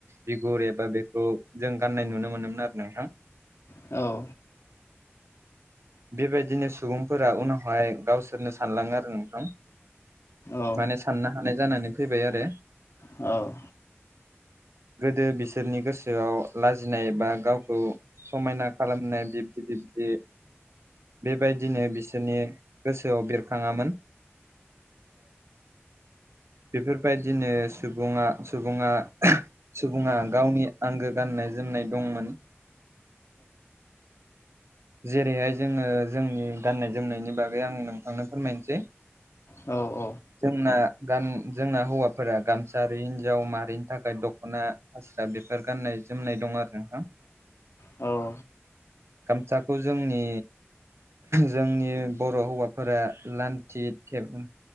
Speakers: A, on the right; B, on the left.
A: बिगुर एबा बेखौ जों गाननाय नुनो मोनोमोन आरो नोंथां
B: औ
A: बेबायदिनो सुबुंफोरा उनावहाय गावसोरनो सानलाङो आरो नोंथां
B: औ
A: माने साननो हानाय जानानै फैबाय आरो
B: औ
A: गोदो बिसोरनि गोसोआव लाजिनाय बा गावखौ समायना खालामनाय बिब्दि बिब्दि बेबायदिनो बिसोरनि गोसोआव बेरखाङामोन। <inaudible> बेफोरबायदिनो सुबुङा सुबुङा सुबुङा गावनि आंगो गान गाननाय जोमनाय दंमोन। जेरैहाय जोङो जोंनि गाननाय जोमनायनि बागै आं नोंथांनो फोरमायनोसै।
B: औ औ।
A: जोंना गान जोंना हौवाफोरा गामसा हिनजाव मारिनि थाखाय दख'ना। दा बेफोर गाननाय जोमनाय दं आरो नोंथां।
B: औ।
A: गामसाखौ जोंनि जोंनि बर' हौवाफोरा लान्थि थेब